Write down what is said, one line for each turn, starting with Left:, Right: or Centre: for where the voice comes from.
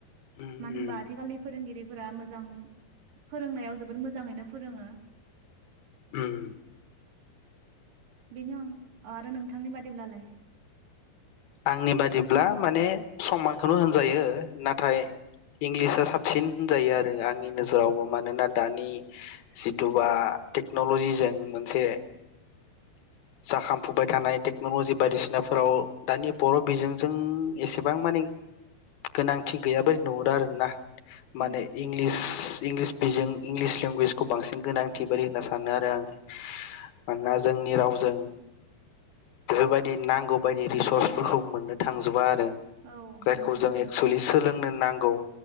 Left: उम
Right: मानो होनबा
Left: उम
Right: आथिखालनि फोरोंगिरि फोरा मोजां फोरोंनायाव जोबोद मोज जाङैनो फोरोङो।
Left: उम।
Right: बेनि अन आरो नोंथांनि बादिब्लालाय
Left: आंनि बादिब्ला माने समानखौनो होनजायो नाथाय इंलिसा साबसिन होनजायो आरो आंनि नोजोरावबो मानोना दानि जिथुबा टेक्न'लजिजों मोनसे जाखांफुबाय थानाय टेक्न'लजि बायदिसिनाफोराव दानि बर' बिजोंजों एसेबां मानि गोनांथि गैयाबो नुहुरो आरोना।
Right: उम
Left: माने
Right: उम
Left: इंलिस इंलिसबिजों इंलिस लेंगुवेजखौ बांसिन गोनांथि बायदि होनना सानो आरो आङो मानोना जोंनि राव जों बेफोरबायदि नांगौ बायदि रिसर्सफोरखौ मोननो थांजोबा आरो।
Right: औ
Left: जायखौ
Right: मोननो
Left: जों
Right: थाङा
Left: एक्स'लि सोलोंनो नांगौ